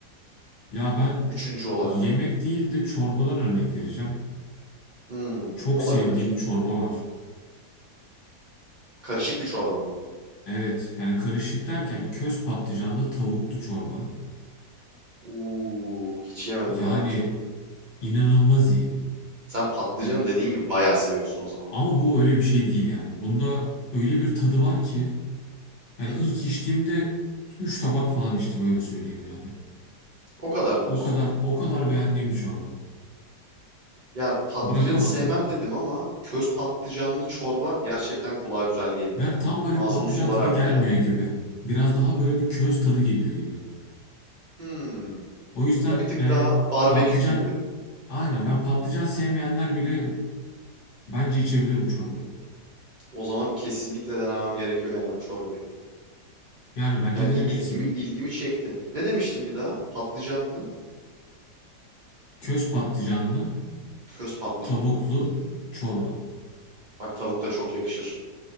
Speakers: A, on the left; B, on the right.
A: Ya ben
B: Üçüncü olarak.
A: yemek değil de çorbadan örnek vereceğim.
B: Hmm,
A: Çok
B: olabilir.
A: sevdiğim bir çorba var.
B: Karışık bir çorba mı?
A: Evet yani karışık derken köz patlıcanlı tavuklu çorba.
B: Uuu, hiç yemedim
A: Yani
B: daha önce.
A: inanılmaz iyi.
B: Sen patlıcanı
A: Yani
B: dediğin gibi bayağı seviyorsun o zaman.
A: ama bu öyle bir şey değil yani. Bunda öyle bir tadı var ki yani
B: Hı
A: ilk
B: hı.
A: içtiğimde 3 tabak falan içtim öyle söyleyeyim yani.
B: O kadar diyorsun.
A: O kadar o kadar beğendiğim bir çorba.
B: Ya patlıcanı
A: Bırakamadım.
B: sevmem dedim ama köz patlıcanlı çorba gerçekten kulağa güzel geliyor
A: Yani
B: ya.
A: tam böyle
B: Ağzımın
A: patlıcan
B: suları
A: tadı
B: aktı
A: gelmiyor
B: yani.
A: gibi. Biraz daha böyle bir köz tadı geliyor gibi.
B: Hmm.
A: O yüzden
B: Ya bir tık
A: yani
B: daha barbekü
A: patlıcan
B: gibi.
A: aynen ben patlıcan sevmeyenler bile bence içebilir bu çorbayı.
B: O zaman kesinlikle denemem gerekiyor yani bu çorbayı.
A: Yani bence
B: Yani
A: denemelisin.
B: il- ilgimi ilgimi çekti. Ne demiştim bir daha? Patlıcanlı,
A: Köz patlıcanlı,
B: köz patlıcanlı.
A: tavuklu
B: Hmm.
A: çorba.
B: Bak tavuk da çok yakışır